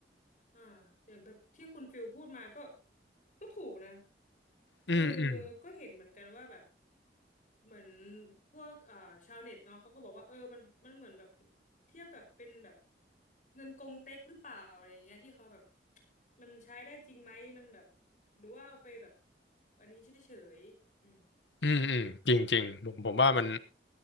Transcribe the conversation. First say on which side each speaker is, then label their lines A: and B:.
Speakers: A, on the left; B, on the left.
A: อ่าอย่างแบบที่คุณฟิลพูดมาก็ก็ถูกนะคือ
B: อืมอืม
A: ก็เห็นเหมือนกันว่าแบบเหมือนพวกเอ่อชาวเน็ตเนาะเขาก็บอกว่าเออมันมันเหมือนแบบเทียบกับเป็นแบบเงินกงเต็กหรือเปล่าอะไรอย่างเงี้ยที่เขาแบบมันใช้ได้จริงไหมมันแบบหรือว่าเอาไปแบบอันนี้เฉยๆอืม
B: อืมอืมจริงจริงผมผมว่ามัน